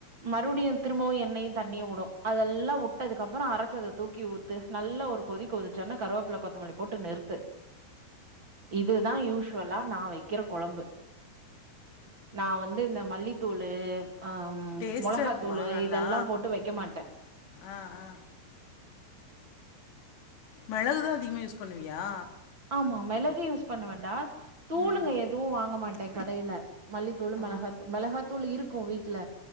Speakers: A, on the right; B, on the left.
A: மறுபடியு திரும்பவு எண்ணெயு தண்ணியு வுடும் அதெல்லா வுட்டதுக்கப்பற அரைச்சத தூக்கி ஊத்து நல்ல ஒரு கொதி கொதிச்சனே கருவேப்பில கொத்தமல்லி போட்டு நிறுத்து இதுதா யூசுவலா நா வைக்கிற கொழம்பு நா வ து இந்த மல்லித்தூளு ஆ
B: டேஸ்ட்டா
A: மொளகாத்தூளு
B: இருக்குமா நல்லா?
A: இதெல்லா போட்டு வைக்க மாட்டே
B: ஆ ஆ மெளகுதா அதிகமா யூஸ் பண்ணுவியா
A: ஆமா மெளகு யூஸ் பண்ணுவன்டா தூளுங்க
B: ம்
A: எதுவு வாங்க மாட் ட கடையில மல்லித்தூளு
B: ஆ
A: மெளகாத்தூ மெளகாத்தூள் இருக்கும் வீட்ல